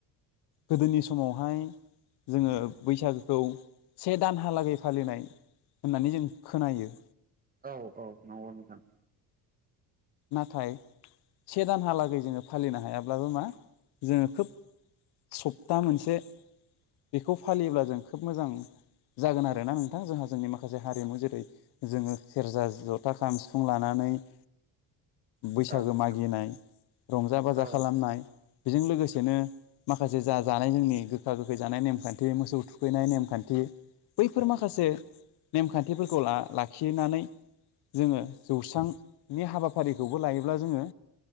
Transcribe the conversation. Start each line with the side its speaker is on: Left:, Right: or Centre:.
Left: गोदोनि समावहाय जोङो बैसागोखौ से दानहालागै फालिनाय होननानै जों खोनायो
Right: औ औ नंगौ नोंथां
Left: नाथाय से दानहालागै जोङो फालिनो हायाब्लाबो मा जोङो खोब सप्ता मोनसे बेखौ फालियोब्ला जों खोब मोजां जागोन आरोना नोंथां जोंहा जोंनि माखासे हारिमु जेरै जोङो सेरजा जथा खाम सिफुं लानानै <inaudible> बैसागो
Right: औ नोंथां
Left: मागिनाय रंजा बाजा
Right: औ
Left: खालामनाय बेजों लोगोसेनो माखासे जा जानाय जोंनि गोखा गोखै जानाय नेमखान्थि मोसौ थुखैनाय नेमखान्थि बैफोर माखासे
Right: नोंथां
Left: नेमखान्थिफोरखौ ला लाखिनानै जोङो जौस्रांनि हाबा फारिखौबो लायोब्ला जोङो